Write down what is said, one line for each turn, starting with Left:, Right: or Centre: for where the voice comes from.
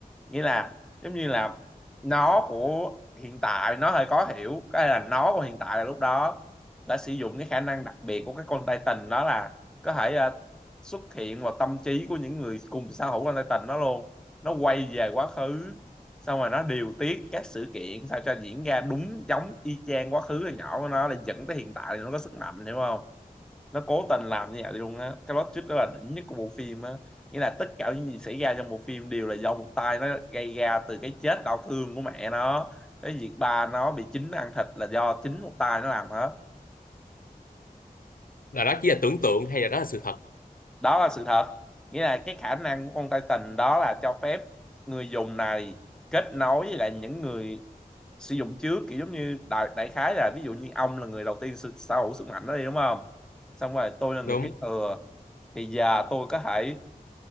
Centre: nghĩa là giống như là nó của hiện tại nó hơi khó hiểu cái là nó của hiện tại là lúc đó đã sử dụng cái khả năng đặc biệt của cái con Titan đó là có thể ờ, xuất hiện vào tâm trí của những người cùng sở hữu con Titan đó luôn nó quay về quá khứ xong rồi nó điều tiết các sự kiện sao cho diễn ra đúng giống y chang quá khứ hồi nhỏ của nó để dẫn tới hiện tại thì nó có sức mạnh hiểu không nó cố tình làm như vậy luôn á cái plot twist đó là đỉnh nhất của bộ phim á nghĩa là tất cả những gì xảy ra trong bộ phim đều là do một tay nó gây ra từ cái chết đau thương của mẹ nó cái việc ba nó bị chính ăn thịt là do chính một tay nó làm hết
Left: Là đó chỉ là tưởng tượng hay là đó là sự thật?
Centre: đó là sự thật nghĩa là cái khả năng của con Titan đó là cho phép người dùng này kết nối với lại những người sử dụng trước kiểu giống như đại, đại khái là ví dụ như ông là người đầu tiên sở sở hữu sức mạnh đó đi đúng không xong rồi tôi là người
Left: Đúng.
Centre: kế thừa thì giờ tôi có thể